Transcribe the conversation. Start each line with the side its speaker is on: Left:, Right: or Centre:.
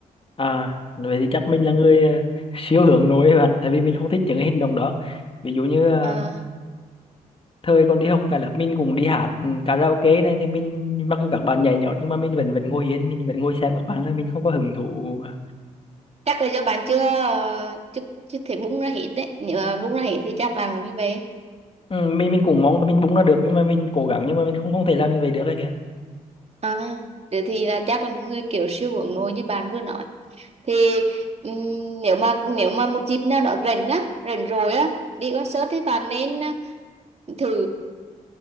Left: À, vậy thì chắc mình là người ờ, siêu hướng nội ấy bạn, tại vì mình không thích những cái hành động đó. Ví dụ như ờ,
Right: à,
Left: thời còn đi học cả lớp mình cũng đi hát ừ, karaoke này thì mình mặc dù các bạn nhảy nhót nhưng mà mình vẫn vẫn ngồi yên, mình vẫn ngồi xem các bạn thôi, mình không có hứng thú. ờ,
Right: chắc là do bạn chưa ờ, chưa chưa thể bung ra hết đấy nếu mà bung ra hết thì chắc bạn cũng như vậy
Left: Ừ, mình mình cũng mong là mình búng ra được nhưng mà mình cố gắng nhưng mà mình không không thể làm như vậy được ấy kìa.
Right: à, thế thì là chắc là một người kiểu siêu hướng nội như bạn vừa nói thì ừm, nếu mà nếu mà một dịp nào đó rảnh á rảnh rồi á đi concert thì bạn nên à, thử